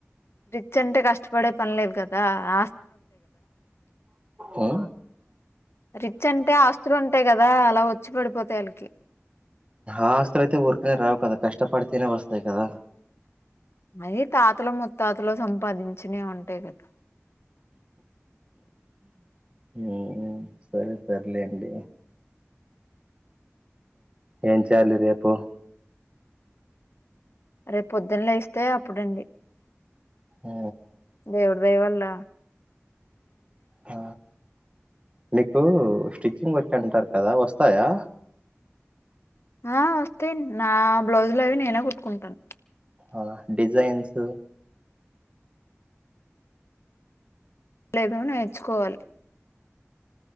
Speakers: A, on the left; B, on the right.
A: రిచ్ అంటే కష్టపడే పనిలేదు కదా ఆ
B: ఉ
A: రిచ్ అంటే ఆస్తులు ఉంటాయి కదా అలా వచ్చి పడిపోతాయి వాళ్ళకి
B: ఆస్తులు అయితే ఊరికనే రావు కదా కష్టపడితేనే వస్తాయి కదా
A: అయి తాతల ముత్తాతలో సంపాదించినవి ఉంటాయి కదా
B: ఉ సరే సర్లేండి ఏం చేయాలి రేపు
A: రేపొద్దున్న లేేస్తే అప్పుడండి
B: ఉ
A: దేవుడు దైవల్ల
B: ఆ మీకు స్టిచ్చింగ్ వచ్చు అంటారు కదా వస్తాయా
A: ఆ వస్తాయి నా బ్లౌజ్లు అవి నేనే కుట్టుకుంటాను
B: ఆ డిజైన్స్
A: లేదు నేర్చుకోవాలి